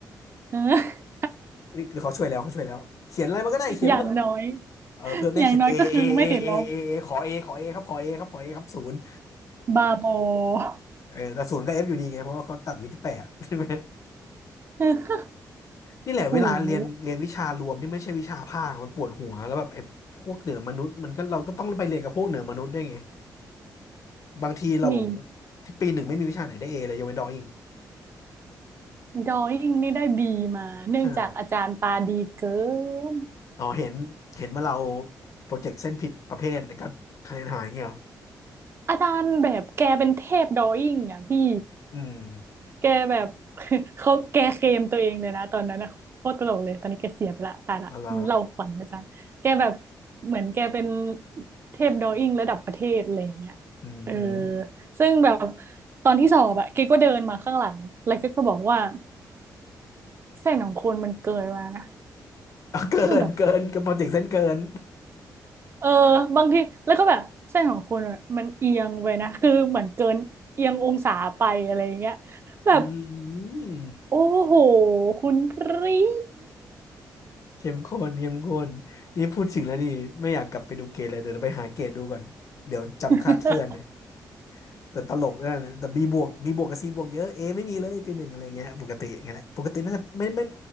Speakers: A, on the right; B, on the left.
A: เออ
B: นี่คือเขาช่วยแล้วเขาช่วยแล้วเขียนอะไรมันก็ได้เขียนมาเถอะ
A: <laughs> อย่างน้อย
B: เออเพื่อนแม่งเขียน
A: อย่างน้อยก็คือไม่ติดลบ
B: A A A A A A ขอ A ขอ A ครับขอ A ครับขอ A ครับศูนย์
A: บาโบอ
B: เออแต่ศูนย์ก็เอฟอยู่ดีไงเพราะว่าเขาตัดอยู่ที่แปดใช่ไหม
A: <laughs>
B: นี่แหละเวลาเรียนเรียนวิชารวมที่ไม่ใช่วิชาภาคมันปวดหัวแล้วแบบไอ้พวกเหนือมนุษย์มันก็เราก็ต้องไปเรียนกับพวกเหนือมนุษย์ได้วยไง
A: โอ้โห
B: บางทีเราบบ
A: หนี
B: ที่ปีหนึ่งไม่มีวิชาไหนได้เอเลยยกเว้นดออิง
A: ดรอยิ่งนี่ได้บีมาเนื่องจากอาจารย์ตาดีเกิ
B: ใช่
A: น
B: อ๋อเห็นเห็นว่าเราโปรเจกต์เส้นผิดประเภทแล้วก็คะแนนหายเงี้ยเหรอ
A: อาจารย์แบบแกเป็นเทพดรอยิ่งอ่ะพี่
B: อืม
A: แกแบบ <laughs> เขาแกเคลมตัวเองเลยนะตอนนั้นนะโคตรตลกเลยตอนนี้แกเสียไปละตายละเล่าขวัญอาจารย์แกแบบ
B: อ๋อเหรอ
A: เหมือนแกเป็นเทพดรออิ่งระดับประเทศอะไรอย่างเงี้ย
B: อืมหืม
A: เออซึ่งแบบตอนที่สอบอะแกก็เดินมาข้างหลังแล้วแกก็บอกว่าเส้นของคุณมันเกินมานะ
B: เอาเกินเกินกับโปรเจกต์เส้นเกิน
A: มันแบบเออบางทีแล้วก็แบบเส้นของคุณอะมันเอียงไปนะคือเหมือนเกินเอียงองศาไปอะไรอย่างเงี้ย
B: <laughs>
A: แบบ
B: อืม
A: โอ้โหคุณพรี
B: เข้มข้นเข้มข้นนี่พูดถึงแล้วนี่ไม่อยากกลับไปดูเกตเลย เดี๋ยวไปหาเกตดูก่อน เดี๋ยวจำคาดเคลื่อนเนี่ย
A: <laughs>
B: แต่ตลกได้นะแต่ B บวก B บวกกับ C บวกเยอะ A ไม่มีเลยปีหนึ่งอะไรเงี้ยปกติอย่างเงี้ยแหละปกติน่าจะไม่ไม่